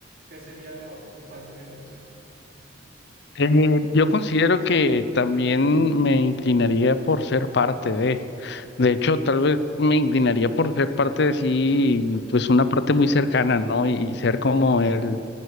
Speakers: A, on the right; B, on the left.
A: ¿qué sería lo, cuál sería la opción?
B: Eh, yo considero que también me inclinaría por ser parte de, de hecho, tal vez me inclinaría por ser parte de sí, pues una parte muy cercana, ¿no? Y, y ser como el,